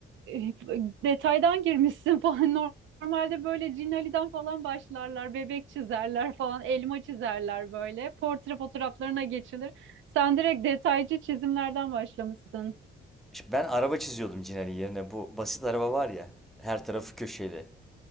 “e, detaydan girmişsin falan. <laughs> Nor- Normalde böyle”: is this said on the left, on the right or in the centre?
Right